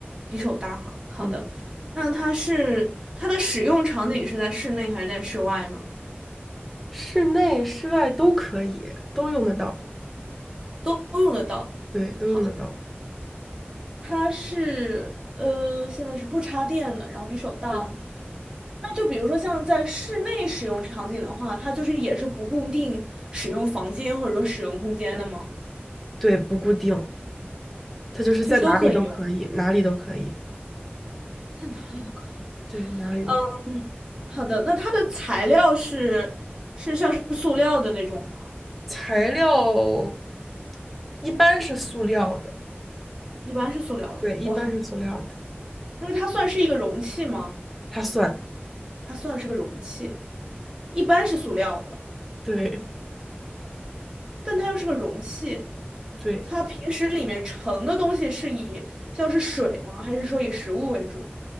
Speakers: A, on the right (about 20°); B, in the centre.
A: 比手大哈。好的，
B: 嗯，
A: 那它是它的使用场景是在室内还是在室外呢？
B: 室内室外都可以，都用得到。
A: 都都用得到。
B: 对，都用得到。
A: 好，它是呃，现在是不插电的，然后比手大。
B: 对
A: 那就比如说像在室内使用场景的话，它就是也是不固定使用房间或者说使用空间的吗？
B: 对，不固定，它就是在哪里都可以，
A: 就是都可以用，
B: 哪里都可以。
A: 在哪里都可以。
B: 对，哪里都可以
A: 嗯，好的，那它的材料是是像是塑料的那种吗？
B: 材料一般是塑料的，
A: 一般是塑料的。
B: 对，一般是塑料的，
A: 哇，因为它算是一个容器吗？
B: 它算。
A: 它算是个容器，一般是塑料的，
B: 对
A: 但它又是个容器。
B: 对。
A: 它平时里面盛的东西是以像是水吗？还是说以食物为主？